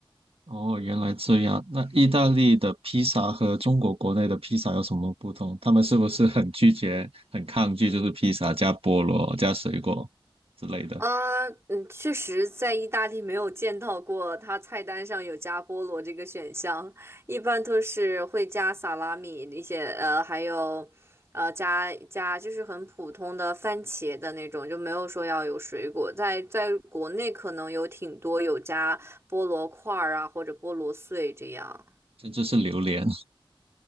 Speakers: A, on the right (about 80°); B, on the right (about 30°).
A: 哦，原来这样。那意大利的披萨和中国国内的披萨有什么不同？他们是不是很拒绝、很抗拒，就是披萨加菠萝、加水果之类的，
B: 啊，嗯，确实在意大利没有见到过它菜单上有加菠萝这个选项，一般都是会加萨拉米那些，呃，还有，呃，加加就是很普通的番茄的那种，就没有说要有水果。在在国内可能有挺多有加菠萝块儿啊，或者菠萝碎这样。
A: 甚至是榴莲？<laughs>